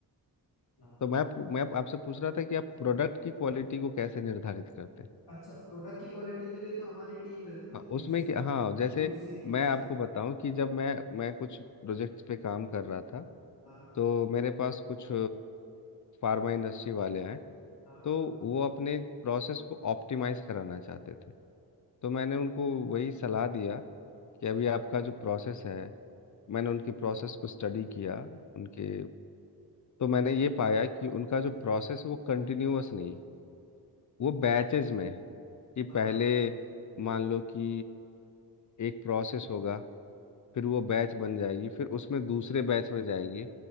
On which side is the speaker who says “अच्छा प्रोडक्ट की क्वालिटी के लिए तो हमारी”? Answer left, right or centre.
Left